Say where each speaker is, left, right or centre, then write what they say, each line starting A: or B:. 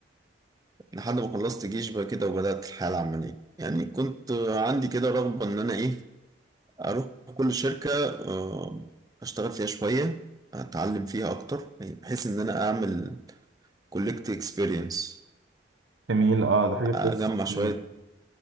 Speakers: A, on the right (about 20°); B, on the right (about 80°).
A: لحد ما خلصت جيش بقى كده وبدأت الحياة العملية يعني كنت عندي كده رغبة إن أنا إيه أروح كل شركة آه، أشتغل فيها شوية أتعلم فيها أكتر يعني بحيث إن أنا أعمل كولكت إكسبيرينس
B: جميل آه ده حاجة كويسة
A: أجمع شوية
B: جداً.